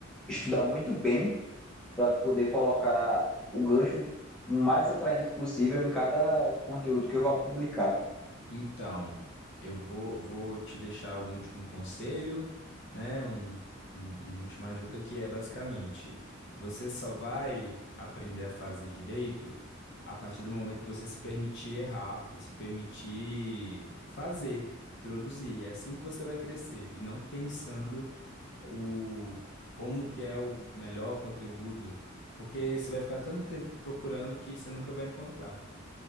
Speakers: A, in the centre; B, on the left (about 60°).
A: estudar muito bem para poder colocar o gancho o mais atraente possível em cada conteúdo que eu vá publicar.
B: Então, eu vou, vou te deixar um último conselho, né? Um, um, uma última ajuda que é basicamente, você só vai aprender a fazer direito a partir do momento que você se permitir errar e se permitir fazer, produzir. É assim que você vai crescer e não pensando o como que é o melhor conteúdo, porque você vai ficar tanto tempo procurando que você nunca vai encontrar.